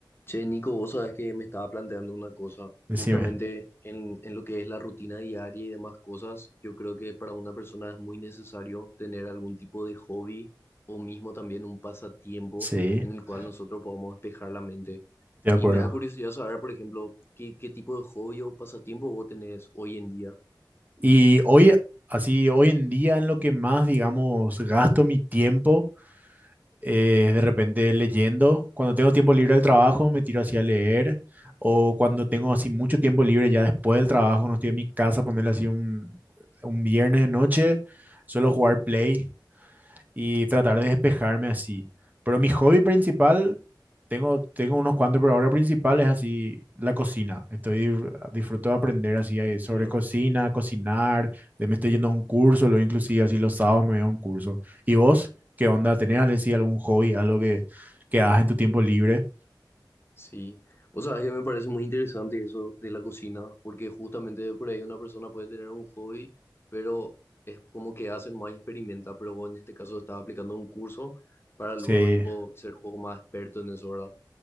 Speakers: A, on the left; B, on the right.
A: Che, Nico, vos sabés que me estaba planteando una cosa,
B: Decime.
A: justamente en, en lo que es la rutina diaria y demás cosas, yo creo que para una persona es muy necesario tener algún tipo de hobby o mismo también un pasatiempo
B: Sí, estoy
A: en el cual nosotros podamos despejar la mente.
B: de acuerdo.
A: Y me da curiosidad saber, por ejemplo, qué, qué tipo de hobby o pasatiempo vos tenés hoy en día.
B: Y hoy, así, hoy en día en lo que más, digamos, gasto mi tiempo eh, es de repente leyendo. Cuando tengo tiempo libre del trabajo, me tiro así a leer. O cuando tengo así mucho tiempo libre ya después del trabajo, no estoy en mi casa, ponerle así un, un viernes de noche, suelo jugar Play. y tratar de despejarme así. Pero mi hobby principal, tengo, tengo unos cuantos, pero ahora principal es así la cocina. Estoy, dif- disfruto de aprender así eh,
A: En
B: sobre
A: serio.
B: cocina, cocinar, de me estoy yendo a un curso, lo inclusive así los sábados me voy a un curso. ¿Y vos qué onda? ¿Tenés así algún hobby, algo que, que hagas en tu tiempo libre?
A: Sí, o sea, es que me parece muy interesante eso de la cocina, porque justamente por ahí una persona puede tener un hobby, pero es como que hacen más experimenta, pero vos en este caso estás aplicando un curso para
B: Sí,
A: luego tipo ser un poco más experto en eso, ¿verdad?